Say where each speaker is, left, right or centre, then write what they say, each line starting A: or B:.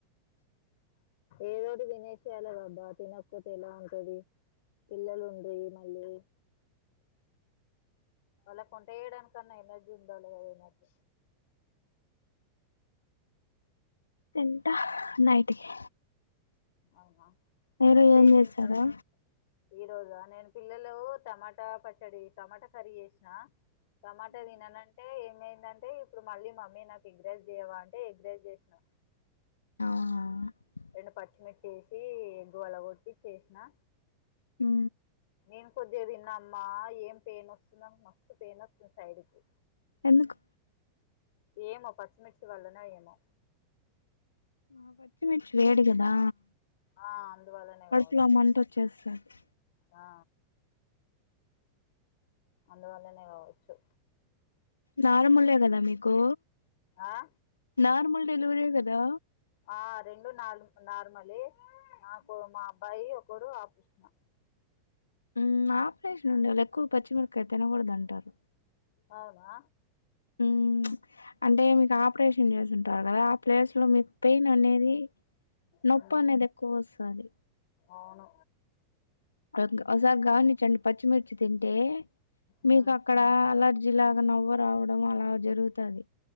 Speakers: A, on the left; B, on the left.
A: ఏదోటి దినేచెయాలి అబ్బా తినకపోతే ఎలా ఉంటది. పిల్లలు ఉండ్రి మళ్ళీ. అల్లాక్ వంట ఏయడానికన్నా ఎనర్జీ ఉందా లేదా ఈ మధ్య.
B: తింటా నైట్ కే
A: అవునా
B: మీరు
A: ఇప్పుడు ఏం
B: చేశారా
A: చేసావ్. ఈ రోజా నేను పిల్లలు టమాటా పచ్చడి టమాటా కర్రీ యేశనా. టమాటా తిననంటే ఏమైందంటే ఇప్పుడు మళ్ళీ మమ్మీ నాకు ఎగ్ రైస్ జేయవా అంటే ఎగ్ రైస్ జేశనా.
B: అవునా
A: రెండు పచ్చిమిర్చి ఏసి ఎగ్గు వలగొట్టి చేశనా.
B: నా
A: నేన్ కొద్ది గా తిన్నా అమ్మా ఏం పెయిన్ వస్తుంద్ మస్తు పెయిన్ వస్తుంది సైడుకు.
B: ఎందుకు
A: ఏమో పచ్చిమిర్చి వల్లన ఏమో
B: ఆ పచ్చిమిర్చి వేడి కదా
A: ఆ అందువల్లనే
B: పడుపులో
A: కావచ్చు
B: మంట వచ్చేస్తది.
A: ఆ అందువల్లనే కావచ్చు.
B: నార్మలే కదా మీకు,
A: ఆ
B: నార్మల్ డెలివరీ కదా.
A: ఆ రెండు నాలు నార్మలే నాకు మా అబ్బాయి ఒకడు ఆపరేషను.
B: ఉ ఆపరేషన్ ఉండే వాళ్ళు ఎక్కువ పచ్చిమిరకాయయి తినకూడదు అంటారు.
A: అవునా
B: ఉ అంటే మీకు ఆపరేషన్ చేసింటారు కదా. ఆ ప్లేస్లో మీకు పెయిన్ అనేది. నొప్
A: మ్మ్
B: అనేది ఎక్కువ వస్తది.
A: అవును
B: కోర్గ్ ఒకసారి గావనిచండి, పచ్చిమిర్చి తింటే. మీకు
A: మ్మ్
B: అక్కడ అలర్జీ లాగా నవ్వ రావడం అలా జరుగుతది.